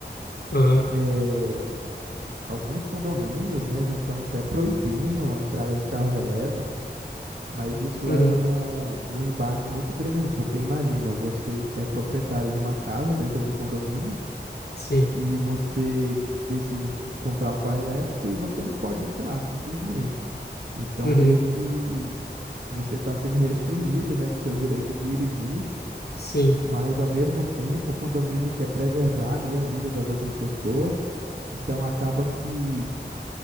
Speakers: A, on the left; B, on the right.
A: aham,
B: É, Alguns condomínios, né, já estão até proibindo a entrada de carros elétricos, mas isso
A: uhum.
B: leva num, num embate muito grande, porque imagina, você é proprietário de uma casa dentro de um condomínio
A: Sim,
B: e você decide comprar um carro elétrico e você não pode entrar, simplesmente. Então,
A: uhum.
B: meio que você está sendo restringido, né, do seu direito de ir e vir,
A: Sim,
B: mas ao mesmo tempo o condomínio quer preservar ali a vida das outras pessoas, então acaba que